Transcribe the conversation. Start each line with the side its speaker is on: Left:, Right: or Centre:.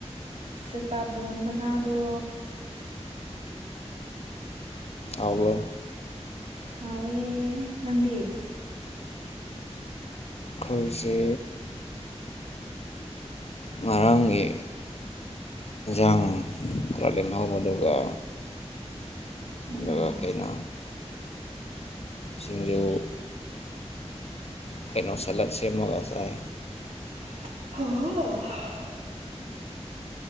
Right: ꯁꯤꯇꯥꯕꯣꯟ ꯃꯅꯥꯗ
Left: ꯑꯕꯨ
Right: ꯍꯥꯎꯋꯦ ꯅꯪꯗꯤ
Left: ꯈꯣꯏꯁ ꯃꯥꯡꯒꯤ ꯥꯡ ꯐꯔꯥꯂꯤꯦꯝꯍꯥꯎ ꯎꯗ
Right: ꯎꯝ
Left: ꯂ ꯀꯩꯅ ꯁꯤꯡꯖꯣꯏ ꯀꯩꯅꯣ ꯁꯥꯂꯗ ꯁ ꯃꯒꯥꯁꯥꯏ
Right: ꯍ